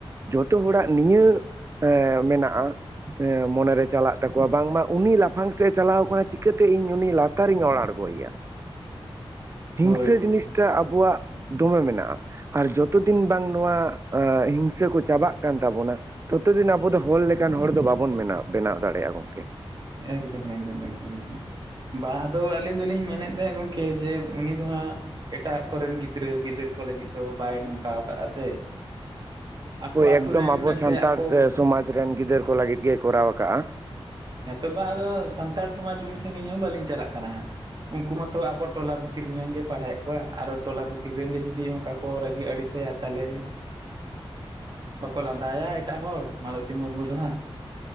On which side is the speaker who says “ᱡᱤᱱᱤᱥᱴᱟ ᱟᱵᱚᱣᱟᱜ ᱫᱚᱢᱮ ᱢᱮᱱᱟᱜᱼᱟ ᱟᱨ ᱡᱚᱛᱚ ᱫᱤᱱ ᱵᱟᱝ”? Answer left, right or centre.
Right